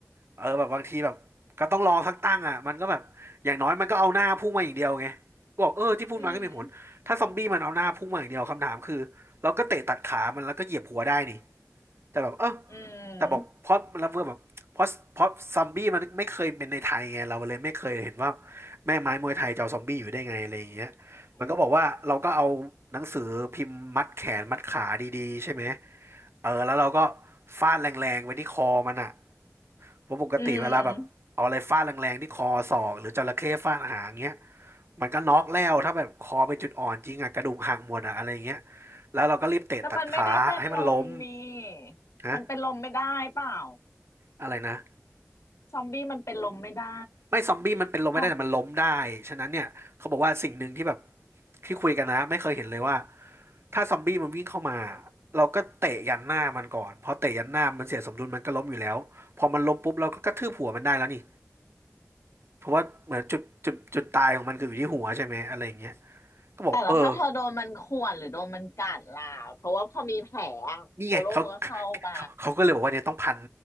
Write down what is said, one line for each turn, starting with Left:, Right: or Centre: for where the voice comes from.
Right: เออแบบบางทีแบบก็ต้องลองสักตั้งอ่ะมันก็แบบอย่างน้อยมันก็เอาหน้าพุ่งมาอย่างเดียวไงก็บอกเออที่พูดมาก็มีผลถ้าซอมบี้มันเอาหน้าพุ่งมาอย่างเดียวคำถามคือเราก็เตะตัดขามันแล้วก็เหยียบหัวได้นี่
Left: อืม
Right: แต่แบบเออ
Left: อืม
Right: แต่บอกเพราะแล้วเพื่อแบบเพราะเพราะซอมบี้มันไม่เคยเป็นในไทยไงเราเลยไม่เคยเห็นว่าแม่ไม้มวยไทยจะเอาซอมบี้อยู่ได้ไงอะไรอย่างเงี้ยมันก็บอกว่าเราก็เอาหนังสือพิมพ์มัดแขนมัดขาดีๆใช่ไหมเออแล้วเราก็ฟาดแรงๆไว้ที่คอมันอะเพราะปกติเวลาแบบเอาอะไรฟาดแรงๆที่คอศอกหรือจระเข้ฟาดหางเงี้ย
Left: อืม
Right: มันก็น็อกแล้วถ้าแบบคอเป็นจุดอ่อนจริงอะกระดูกหักหมดอะอะไรอย่างเงี้ยแล้วเราก็รีบเตะตัดขาให้มันล้ม
Left: แต่มันไม่ได้เป็นลมนี่มันเป็นลมไม่ได้เปล่า
Right: นะอะไรนะ
Left: ซอมบี้มันเป็นลมไม่ได้
Right: ไม่ซอมบี้มันเป็นลมไม่ได้แต่มันล้มได้
Left: เพราะ
Right: ฉะนั้นเนี่ยเขาบอกว่าสิ่งหนึ่งที่แบบที่คุยกันนะไม่เคยเห็นเลยว่าถ้าซอมบี้มันวิ่งเข้ามาเราก็เตะยันหน้ามันก่อนพอเตะยันหน้ามันเสียสมดุลมันก็ล้มอยู่แล้วพอมันล้มปุ๊บเราก็กระทืบหัวมันได้แล้วนี่เพราะว่าเหมือนจุดจุดจุดตายของมันคืออยู่ที่หัวใช่ไหมอะไรอย่างเงี้ยก็บอกเออ
Left: แต่ละถ้าเธอโดนมันข่วนหรือโดนมันกัดล่ะ เพราะว่าพอมีแผลอะเชื้อโรคมันก็เข้าไป
Right: นี่ไงเขาเขาเขาก็เลยบอกว่าเนี่ยต้องพัน